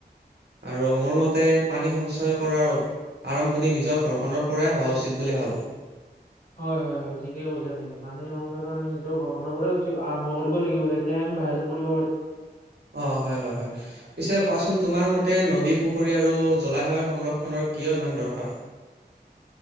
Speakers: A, on the right (about 70°); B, on the left (about 55°).
A: আৰু মোৰ মতে পানী সঞ্চয় কৰাৰ আৰম্ভণি নিজৰ ঘৰখনৰ পৰাই হোৱা উচিত বুলি ভাবো
B: হয় হয় হয় ঠিকে কৈছা তুমি পানী সংৰক্ষণ আমি নিজৰ ঘৰখনৰ পৰাইচি আৰম্ভ কৰিব লাগিব ব তেতিয়াই আমি বাহিৰত কৰিব পাৰিম
A: অ হয় হয় হয় পিছে কোৱাচোন তোমাৰ মতে নদী পুখুৰী আৰু জলাশয় সংৰক্ষণৰ কিয় ইমান দৰকাৰ